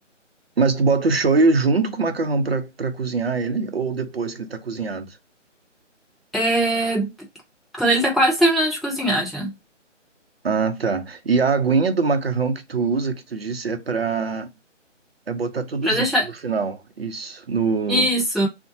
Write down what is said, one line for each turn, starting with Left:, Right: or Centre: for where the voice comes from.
Right: Mas tu bota o shoyu junto com o macarrão pra, pra cozinhar ele ou depois que ele tá cozinhado?
Centre: É... Quando ele tá quase terminando de cozinhar já.
Right: Ah, tá. E a aguinha do macarrão que tu usa, que tu disse, é pra é botar tudo
Centre: Pra
Right: junto
Centre: deixar
Right: no final. Isso, no...
Centre: Isso.